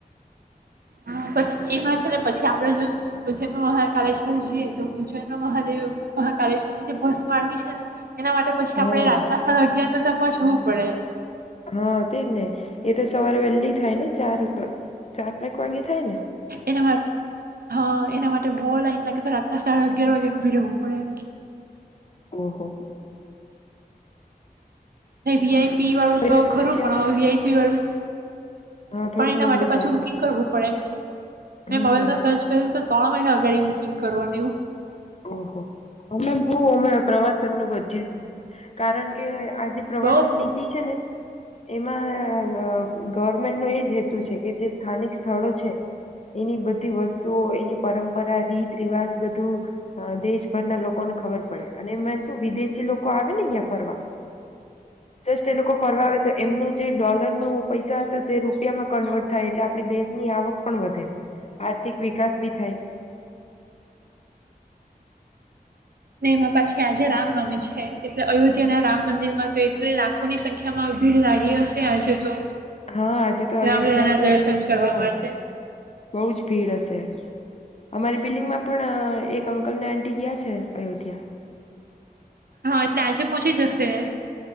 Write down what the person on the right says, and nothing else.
હા, પણ એમાં છે ને પછી આપડે જો ઉજ્જૈનમાં મહાકાલેશ્વર જઈએ તો ઉજ્જૈનમાં મહાદેવ મહાકાલેશ્વર ની જે ભસ્મા આરતી છે ને એના માટે પછી આપડે
રાતના સાડા અગિયાર તો સમજવું પડે.
એના માટે હા એના માટે બહુ લાઈન લાગી તો રાતના સાડા અગિયાર વાગેનું ઉભી રહેવું પડે એમ.
ને વીઆઈ પી વાળું તો
ખરું
પણ
હવે વીઆઈપી વાળું
પણ એના
માટે પાછું
બુકિંગ કરવું પડે એમકે મેં
મોબાઈલમાં સર્ચ કર્યું તો ત્રણ મહિના અગાડી બુકિંગ કરવાન એવું
બહુ
અને એમાં પાછી આજે રામનવમી છે. છે એટલે અયોધ્યા ના રામ મંદિરમાં તો એટલી લાખોની સંખ્યામાં ભીડ લાગી હશે આજે તો.
રામલલાના
દર્શન કરવા
માટે
હા એટલે આજે પહોંચી જશે એ